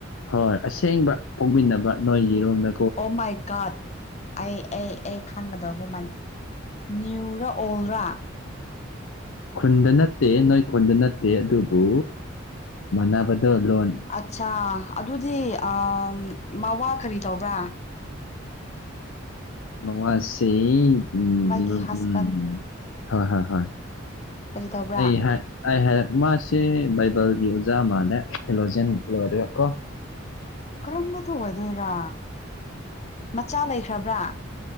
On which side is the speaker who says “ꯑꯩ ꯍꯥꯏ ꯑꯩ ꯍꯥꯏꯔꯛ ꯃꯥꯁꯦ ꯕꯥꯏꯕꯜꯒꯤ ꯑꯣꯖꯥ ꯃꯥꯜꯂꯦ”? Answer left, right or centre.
Left